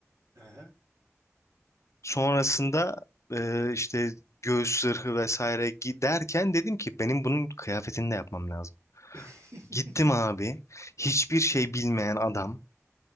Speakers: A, on the right (about 85°); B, on the left (about 65°).
A: aha,
B: Sonrasında
A: böyle
B: e, işte göğüs zırhı vesaire giderken dedim ki benim bunun kıyafetini de yapmam lazım.
A: <laughs>
B: Gittim abi. Hiçbir şey bilmeyen adam.